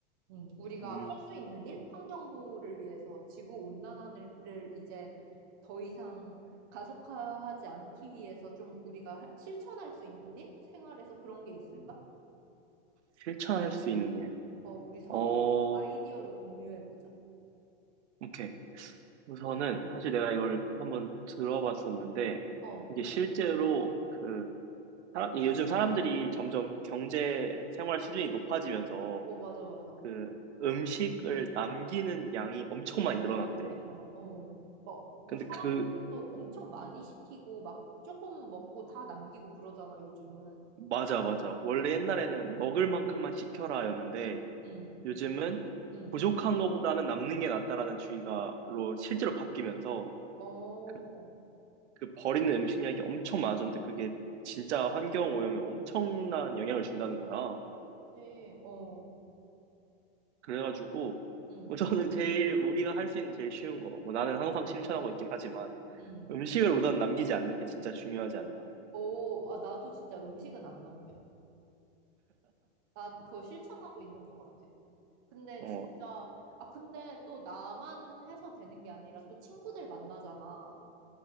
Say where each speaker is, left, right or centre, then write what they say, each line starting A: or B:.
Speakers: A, on the right; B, on the right.
A: 음, 우리가
B: 음,
A: 할 수 있는 일, 환경 보호를 위해서 지구 온난화를 이제 더 이상 가속화하지 않기 위해서 좀 우리가 할- 실천할 수 있는 일, 생활에서 그런 게 있을까?
B: 실천할 수 있는 일.
A: 어, 우리 서로
B: 어,
A: 아이디어를 공유해 보자.
B: 오케이. 우선은, 사실 내가 이걸 한번 들어봤었는데,
A: 어,
B: 이게 실제로 그, 사람, 이게 요즘 사람들이 점점 경제 생활 수준이 높아지면서
A: 어, 맞아, 맞아.
B: 그 음식을 남기는 양이 엄청
A: 오,
B: 많이 늘어났대.
A: 맞아, 맞아. 어. 막, 뭐,
B: 근데
A: 사람들도
B: 그
A: 엄청 많이 시키고, 막, 조금 먹고 다 남기고 그러잖아, 요즘은.
B: 맞아, 맞아. 원래
A: 어,
B: 옛날에는 먹을 만큼만 시켜라였는데
A: 응,
B: 요즘은
A: 응.
B: 부족한 것보다는 남는 게 낫다라는 주의가로 실제로 바뀌면서
A: 어,
B: 그, 그 버리는 음식량이 엄청 많아졌는데 그게 진짜 환경 오염에 엄청난 영향을 준다는 거야.
A: 그치, 어,
B: 그래가지고
A: 응,
B: 뭐 저는 제일 우리가 할 수 있는 제일 쉬운 거, 뭐 나는 항상 실천하고 있긴 하지만
A: 응.
B: 음식을 우선 남기지 않는 게 진짜 중요하지 않나.
A: 어, 아, 나도 진짜 음식은 안 남겨. 나 그거 실천하고 있는 것 같아. 근데
B: 어,
A: 진짜, 아, 근데 또 나만 해서 되는 게 아니라 또 친구들 만나잖아.